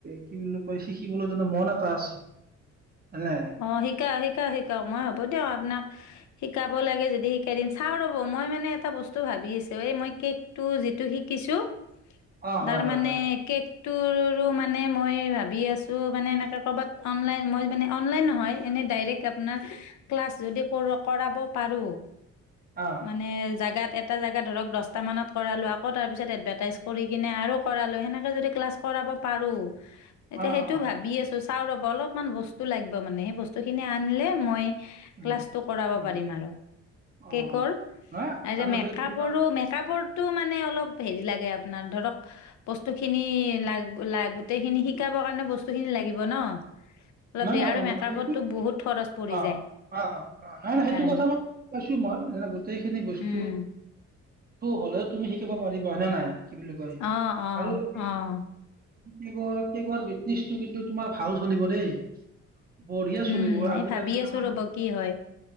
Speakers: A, on the right (about 30°); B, on the left (about 70°).
A: কি বুলি কয় শিকিবলৈ যো মন এটা আছে হয়নে নাই?
B: অ শিকা শিকা শিকা মই হব দিয় আপোনাক শিকাব লাগে যদি শিকাই দিম চাওঁ ৰ'ব মই মানে এটা বস্তু ভাবি আছোঁ এই মই কেকটো যিটো শিকিছোঁ
A: অ
B: তাৰ
A: হয় হয়
B: মানে
A: হয়
B: কেকটোৰ টো মানে মই ভাবি আছো মানে এনেকে কৰ'বাত অনলাইন মই মানে অনলাইন নহয় এনে ডাইৰে্ আপোনাৰ ক্লাছ যদি কৰাব পাৰো
A: অ
B: মানে জোগাত এটা এটা জেগা ধৰক দহটা মানত কৰালো আকৌ তাৰ পিছত এডভাৰটাইজ কৰি কিনে আৰু কৰালো সেনেকে যদি ক্লাছ কৰাব পাৰো এতিয়া
A: অ অ
B: সেইটো
A: অ
B: ভাবি আছো চা ৰ অলপমান বস্তু লাগিব মানে সেই বস্তু খিনি আনিলে মই
A: উম
B: ক্লাছটো কৰাব
A: উম
B: পাৰিম আৰু
A: অ
B: কেকৰ
A: নহয়
B: আৰু মেকপৰো
A: সেই তোমাৰ
B: মেকপৰ অ হ ল বসু খিনি লাগ ল গোটেই খিনি শিক শিকাব কাৰণে বস্তু খিনি লাগিব ন অলপ
A: নাই
B: দিয়ে
A: নাই
B: আৰু মেকআপতটো
A: সেইটো
B: বহুত খৰচ পৰি
A: অ
B: যায়
A: অ অ নাই
B: সেইকাৰণে
A: নাই সেইটো কথা মইছো মই গোটেইখিনি বস্তু
B: উম
A: হলেও তুমি শিকিব মাৰিব হয়ে নাই কি বুলি কয়
B: অ অ
A: আৰু এই
B: অ
A: বিটো কিন্তু তোমাৰ ভাল চলিব দেই <inaudible> বঢ়িয়া
B: উম,
A: চলিব আজিকালি
B: এই ভাবি
A: তাৰ
B: আছো
A: মানে
B: ৰ'ব কি হয়।